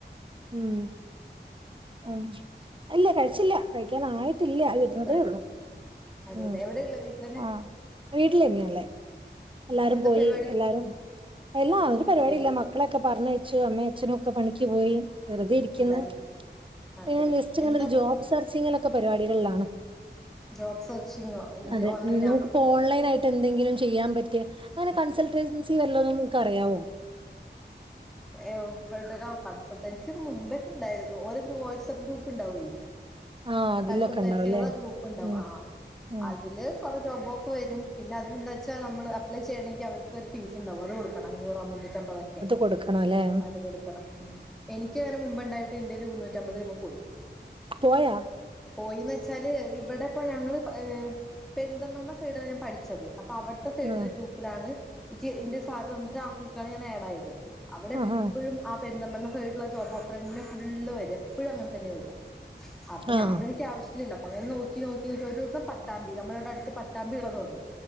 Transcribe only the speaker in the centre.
കഴിക്കാം
അതെല്ലേ
എവിടെയുള്ള വീട്ടിലന്നെ
എന്താ
പരിപാടി
പോയി
എല്ലാരും പോയി
അതല്ലേ
എന്താ
ജോബ് സെർച്ചിങ്ങോ എന്ത്
ഓൺലൈനാ
എവിടെ ആ കൺസൾട്ടൻസി ഒക്കെ മുമ്പേക്കെണ്ടായിരുന്നു. ഓരോ വാട്സ്ആപ്പ് ഗ്രൂപ്പ് ഉണ്ടാവേ
കൺസൾട്ടൻസികളെ
ഗ്രൂപ്പ്ണ്ടാവും
ആഹ്
അതില് കുറേ ജോബൊക്കെ വരും പിന്നെ അതന്താ വെച്ചാ നമ്മള് അപ്പ്ളെ ചെയ്യണങ്കി അവർക്കൊരു ഫീസ് ഇണ്ടാവും അത് കൊടുക്കണം അഞ്ഞൂറോ മുന്നൂ റ്റ അമ്പതൊക്കെ
അത് കൊടുക്കണം ഉം എനിക്ക് അങ്ങനെ മുമ്പ്ണ്ടായിട്ട് എന്റെ ഒരു മുന്നൂറ്റമ്പത് രൂപ പോയി
പോയീന്ന് വെച്ചാല് ഇവടെപ്പോ ഞങ്ങള് ഏ പെര്ന്തൽമണ്ണ സൈഡാ ഞാൻ പട്ച്ചത് അപ്പ അവട്ത്തെ സൈഡില്
ഒരു ഗ്രൂപ്പിലാണ് ഇക്കി ഇന്റെ സാറ് തന്ന്ട്ട് ആ ഗ്രൂപ്പ്ലാണ് ഞാൻ ആഡ് ആയത് അവടെ എപ്പഴും
ആ പെര്ന്തൽമണ്ണ സൈഡ്ള്ള ജോബ് ഓഫറന്നെ ഫുള്ള് വര എപ്പഴും അങ്ങൻ തന്നെ വര അപ്പം
ഞാൻ വ എനിക്ക് ആവശ്യലല്ലോ അപ്പങ്ങനെ നോക്കി നോക്കി ഒരൂസം പട്ടാമ്പി നമ്മടവടെ അട്ത്ത് പട്ടാമ്പിളള തോന്നുന്നു